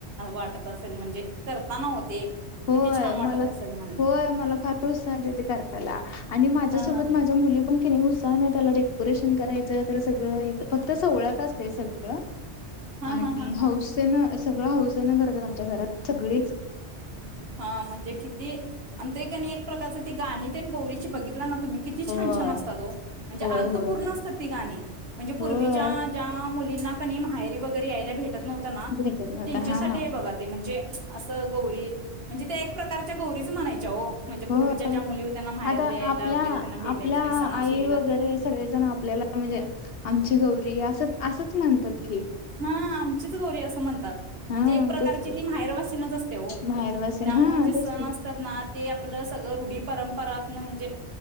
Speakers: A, on the right; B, on the left.
A: वाटत असेल म्हणजे कर मामा होते
B: होय
A: किती छान वाटत
B: मला
A: असेल ना
B: होय मला फार <unintelligible> आणि माझ्यासोबत
A: हा हा
B: माझ्या मुली पण कि नाही उत्साहन त्याला डेकोरेशन करायचं त्याला सगळं फक्त सोवळ्यात असतय सगळं.
A: हा
B: आणि
A: हा हा हा
B: हौसन सगळं हौसेनं करतात आमच्या घरात सगळेच
A: हा म्हणजे किती आणि ते कणी एक प्रकारच ती गाणी त्या गौरीची बघितला न तुम्ही किती छान
B: होय
A: छान असता तो म्हणजे
B: होय
A: अर्थ
B: होय
A: पूर्ण
B: होय
A: असतात ती गाणी म्हणजे पूर्वीच्या
B: होय
A: ज्या मुंलीना कनै माहेरी वगरे याला भेटत नव्ह
B: भेटत नव्हता
A: त्यांच्यासाठी
B: हा
A: बघ म्हणजे असं गौरी म्हणजे त्या एक प्रकारच्या गौरीच म्हणायच्या हो. म्हणजे पूर्वीच्या
B: होय
A: ज्या मुली त्यांना बाहेर
B: आता
A: लि यायला
B: आपल्या
A: वगैरे त्यांना भेटायचं
B: आपल्या
A: नाही सणासुदीला
B: आई वगैरे सगळेजण आपल्याला म्हणजे आमची गौरी अस असच म्हणतात की.
A: ह आमचीच गौरी असं म्हणतात.
B: हा
A: म्हणजे एक प्रकारची
B: तेच की
A: ती माहेरवासिनच असते हो
B: माहेरवासीन
A: त्यामुळे
B: हा
A: जे सण
B: तेच की
A: असतात ना ते आपलं सगळं रुढी परंपरातन म्हणजे